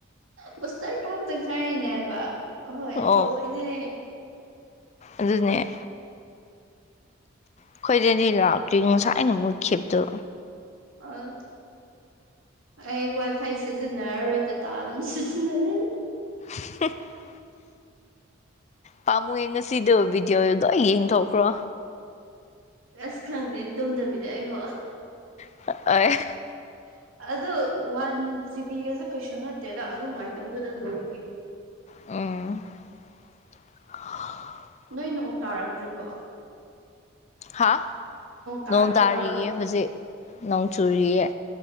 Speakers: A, on the right; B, on the left.
A: ꯕꯨꯁꯇꯔ ꯀꯥꯞꯇꯪ <unintelligible> ꯅꯦꯕ ꯑꯍꯣꯏ
B: ꯑꯣ
A: ꯊꯑꯣꯏꯅꯦ
B: ꯑꯗꯨꯅꯦ ꯑꯩꯈꯣꯏꯗꯗꯤ ꯂꯥꯛꯇꯦ ꯉꯁꯥꯏꯅ ꯃꯨꯠꯈꯤꯕꯗꯨ
A: ꯑꯁ ꯑꯩ ꯋꯥꯏ ꯐꯥꯏ ꯁꯤꯖꯤꯟꯅꯔꯔꯣꯏ ꯗꯇꯥ ꯑꯗꯨꯝ ꯁꯤꯖꯤꯟꯅꯔꯅꯤ
B: <unintelligible> ꯄꯥꯝꯃꯨꯌꯦ ꯉꯁꯤꯗꯨ ꯚꯤꯗꯤꯌꯣ ꯂꯣꯏ ꯌꯦꯡꯊꯣꯛꯈ꯭ꯔꯣ
A: ꯑꯁ ꯈꯪꯗꯦ ꯇꯨꯝꯗꯕꯤꯗ ꯑꯩꯕꯨ
B: <unintelligible>
A: <inaudible> ꯑꯗꯨ ꯋꯥꯟ ꯖꯤꯕꯤꯒꯖꯦ ꯀꯩꯁꯨ ꯅꯠꯇꯦꯗ ꯑꯗꯨꯝ ꯉꯥꯏꯇꯪꯗꯨꯗ ꯂꯣꯏꯒꯤ
B: ꯎꯝ <unintelligible>
A: ꯅꯣꯏ ꯅꯣꯡ ꯇꯥꯔꯛꯇ꯭ꯔꯤꯕꯣ
B: ꯍꯥ
A: ꯇꯥꯔꯛꯇ꯭ꯔꯤꯕ
B: ꯅꯣꯡ ꯇꯥꯔꯤꯌꯦ
A: ꯑꯣ
B: ꯍꯧꯖꯤꯛ ꯅꯣꯡ ꯆꯨꯔꯤꯌꯦ